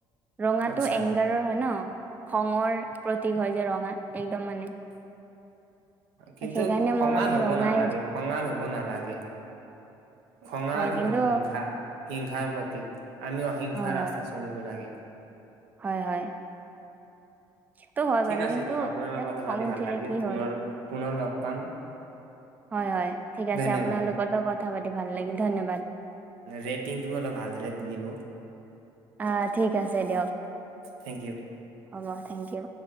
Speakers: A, on the right; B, on the right.
A: ৰঙাটো
B: আচ্ছা
A: এংগাৰৰ হয় ন খঙৰ প্ৰতীক হয় যে ৰঙা একদম মানে
B: কিন্তু
A: সেইকাৰণে
B: খঙাল
A: মই মানে
B: হ'ব
A: ৰঙাই
B: নালাগে খঙাল হ'ব কাব নালাগে খঙাল
A: হয় কিন্তু
B: হল হিংসা হিংসাৰ প্ৰতীক আমি অহিংসা
A: হয়
B: ৰাস্তা
A: হয়
B: চলিব লাগে
A: হয় হয় টো হয়
B: ঠিক
A: বাৰু
B: আছে
A: কিন্তু
B: দিয়ক আপোনাৰ
A: এতিয়া
B: লগত কথা
A: খং
B: পাতি
A: উঠিলে
B: ভাল লাগিল
A: কি হ'ল
B: পুনৰ পুনৰ লগ পাম
A: হয় হয় ঠিক আছে
B: ধন্যবাদ
A: আপোনালোকতো কথা পাতি ভাল লাগিল ধন্যবাদ
B: ৰেটিংটো অলপ ভালদৰে দি দিব
A: আহ ঠিক আছে দিয়ক
B: থেংক ইউ
A: হ'ব থেংকইউ